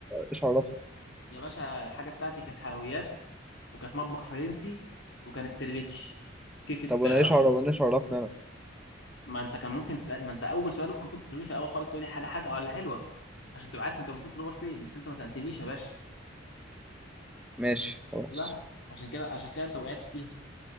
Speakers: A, in the centre; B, on the left (about 65°).
A: ايش عرفني
B: يا باشا الحاجة بتاعتي كانت حلويات وكانت مطبخ فرنسي وكانت تريليتش كيكة
A: طب وانا
B: آه،
A: ايش
B: أشطوطة
A: عرف انا ايش عرفني انا
B: ما أنت كان ممكن تسأل ما أنت أول سؤال المفروض تسألني في الأول خالص تقول لي حاجة حادقة ولا حلوة عشان تبقى عارف أنت المفروض تدور فين بس أنت ما سألتنيش يا باشا
A: ماشي خلاص
B: شفت بقى عشان كده عشان كده أنت وقعت فيها